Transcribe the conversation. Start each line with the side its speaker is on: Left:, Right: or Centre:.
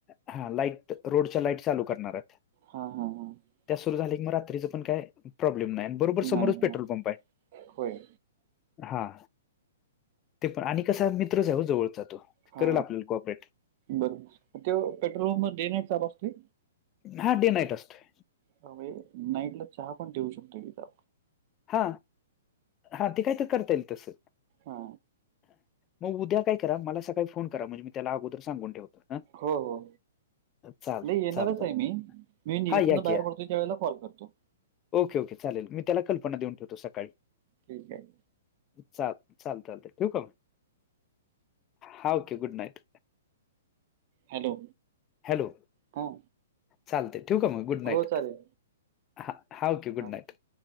Left: हा लाईट रोडच्या लाईट चालू करणार आहेत.
Right: हा हा. हा
Left: त्या सुरू झाल्या की मग रात्रीच पण काय प्रॉब्लेम नाही आणि बरोबर समोरच
Right: नाही होणार
Left: पेट्रोल पंप आहे.
Right: होय
Left: हा ते पण आणि कसा मित्र जाऊ जवळचा तो
Right: हा
Left: करेल आपल्याला कॉपरेट
Right: बर ते पेट्रोल देण्या चा ब असते.
Left: हा डे नईट असे.
Right: त्या नाईट ला चहा पण देऊ शकतो एकदा
Left: हा हा ते काय तर करता येईल तस.
Right: हा
Left: मग उद्या काय करा मला सकाळी फोन करा म्हणजे मी त्याला अगोदर सांून ठेवतो. हां
Right: हो हो.
Left: चाल
Right: नाही येणारच
Left: चालतं
Right: आहे मी मी हीतन
Left: हा या की
Right: बाहेर
Left: या
Right: पडतो त्या वेळेला कॉल करतो.
Left: ओके ओके चालेल मी त्याला कल्पना देऊन ठेवतो सकाळी
Right: ठीक आहे.
Left: चाल चाल चालते ठेक आहे म हा okay good night.
Right: Hello.
Left: Hello,
Right: हां
Left: चालत ठीक आहे मग? गुड नाईट
Right: हो चालेल
Left: हा हा ओके
Right: हां
Left: गुड नाईट.